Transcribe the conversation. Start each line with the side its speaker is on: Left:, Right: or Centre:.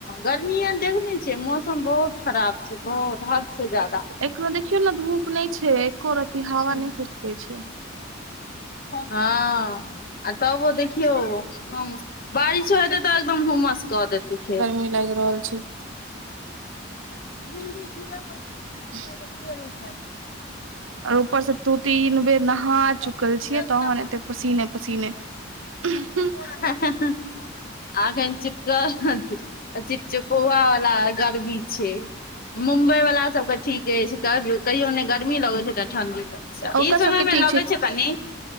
Left: गर्मीए देखने छियै मौसम बहुत खराब छै बहुत हद से ज्यादा।
Right: एखनो देखियौ न धूप नैय छै एक्को रति
Left: हूं
Right: हावा नैय सिस्कै छै।
Left: हँ आ तऽबो देखियौ नम बारिशो हेतै तऽ एकदम हुमस कऽ देतै फेर।
Right: नै लाइग रहल छै।
Left: <unintelligible>
Right: <inaudible>
Left: सुतले रहै छैथ।
Right: और ऊपर स दू-तीन बेर नहा हा
Left: हमरा
Right: चुकल छियै
Left: दिना
Right: तहन एते पसीने-पसीने उम्ह
Left: सो रहऽ <unintelligible> आ अखैन चिपकल चिपचुपौआ वला गर्मी छै मुम्बई वला सबकऽ ठीक अइछ कह-कहियो नैय गर्मी लगै छै न ठण्डी <unintelligible>
Right: ओकर
Left: ई
Right: सबके
Left: समयमे
Right: ठीक
Left: लगै छै कनि।